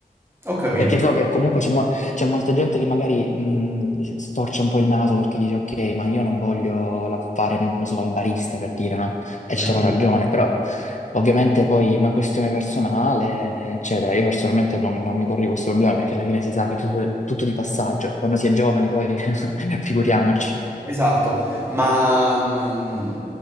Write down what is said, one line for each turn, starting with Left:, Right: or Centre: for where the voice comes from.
Right: Ho capito.
Left: Perché so che comunque c'è mo- c'è molta gente che magari mh, storce un po' il naso perché dice ok, ma io non voglio la- fare, non lo so, il barista per dire, no? E
Right: Mm.
Left: c'hanno ragione, però ovviamente poi è una questione personale, eccetera. Io personalmente non, non mi porrei questo problema perché alla fine si sa che è tutto, tutto di passaggio. Quando si è giovani poi <laughs> figuriamoci.
Right: Esatto, ma mm,